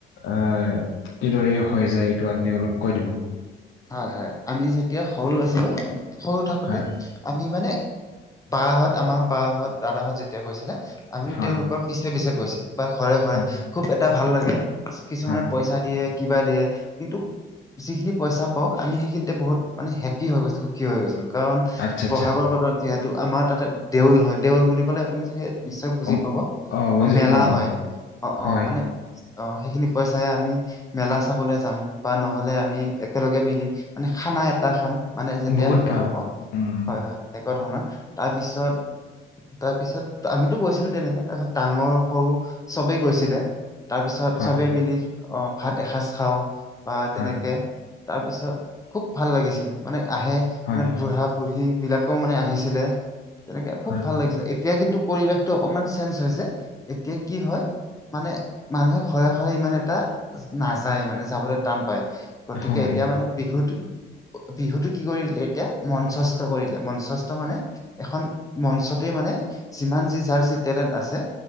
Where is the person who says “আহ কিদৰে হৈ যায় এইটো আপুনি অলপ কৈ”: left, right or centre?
Left